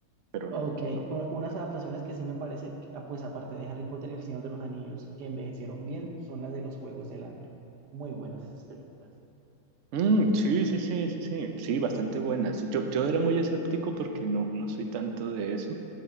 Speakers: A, on the right; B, on the right.
A: pero no,
B: Ok,
A: no.
B: u- unas adaptaciones que sí me parece, que, ah, pues aparte de Harry Potter y El Señor de los Anillos, que envejecieron bien, son las de los Juegos del Hambre. Muy buenas esas películas.
A: Mm, sí, sí, sí, sí, sí, sí, bastante buenas. Yo, yo era muy escéptico porque no, no soy tanto de eso.